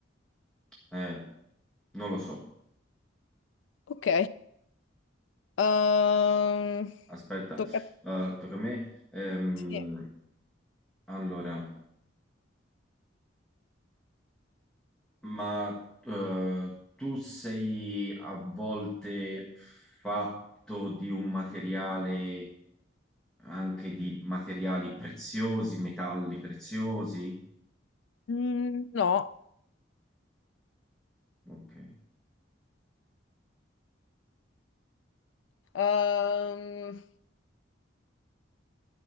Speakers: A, in the centre; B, on the left.
A: eh, non lo so.
B: Ok, Ehm,
A: Aspetta,
B: tocca a te.
A: eh, tocca a me. Ehm,
B: Sì.
A: allora, ma eh, tu sei a volte fatto di un materiale, anche di materiali preziosi, metalli preziosi?
B: Mm, no.
A: Ok.
B: Ehm,